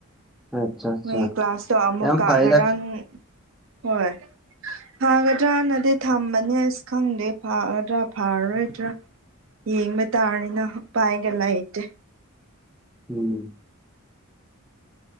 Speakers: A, in the centre; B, on the right (about 65°).
A: ꯑꯠꯆꯥ ꯑꯠꯆꯥ
B: ꯃꯣꯏꯒꯤ ꯀ꯭ꯂꯥꯁꯇꯣ ꯑꯃꯨꯛꯀ
A: ꯌꯥꯝ ꯐꯩꯗ
B: ꯉꯔꯥꯡ ꯍꯣꯏ ꯐꯒꯗ꯭ꯔꯥꯅꯗꯤ ꯊꯝꯕꯅꯦ ꯑꯁ ꯈꯪꯗꯦ ꯐꯒꯗ꯭ꯔꯥ ꯐꯔꯔꯣꯏꯗ꯭ꯔꯥ ꯌꯦꯡꯕ ꯇꯥꯅꯤꯅ ꯄꯥꯏꯒ ꯂꯩꯇꯦ
A: ꯎꯝ